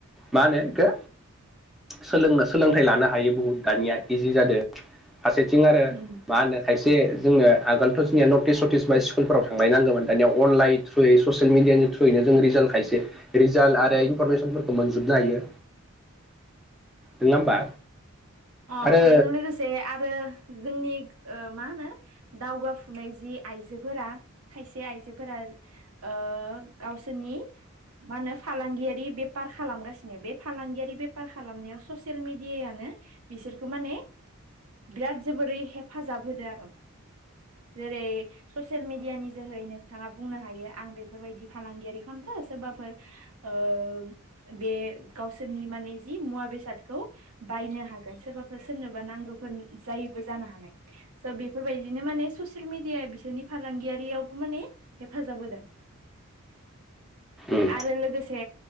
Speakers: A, in the centre; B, on the right.
A: मा होनो आंगो सोलोंनो सोलोंथाइ लानो हायो बुहुत दानिया इजि जादों फारसेथिं थिं आरो
B: उम
A: मा होनो खायसे जोंनो आगोलथ' जोंनिया नटिस सटिस बा स्कुलफोराव थांलाय नांगौमोन दानिया अनलाइन थ्रुयै ससियेल मिडियानि थ्रुयैनो जोङो रिजाल्ट खायसे रिजाल्ट आरो इनफरमेसनफोरखौ मोनजोबनो हायो नङा होमबा?
B: अ
A: आरो
B: बेजों लोगोसे आरो जोंनि ओ मा होनो? दावगाफुनाय जि आइजोफोरा खायसे आइजोफोरा ओ गावसोरनि मा होनो फालांगियारि बेपार खालामगासिनो बे फालांगियारि बेफार खालामनायाव ससियेल मेडि डियायानो बिसोरखौ माने बिराद जोबोरै हे हेफाजाब होदो आर' जेरै ससियेल मिडियानि जोहै नोंथाङा । बुंनो हायो आं बेफोरबायदि फालांगियारि खालामदो सोरबाफोर ओ बे गावसोरनि माने जि मुवा बेसाद खौ बायनो हागोन सोरबाफोर सोरनोबा नांगौफोर जायोबा जानो हानाय स' बेफोरबायदिनो माने ससियेल मिडिया बिसोरनि फालांगियारियावबो माने हेफाजाब होदों
A: उम
B: आरो लोगोसे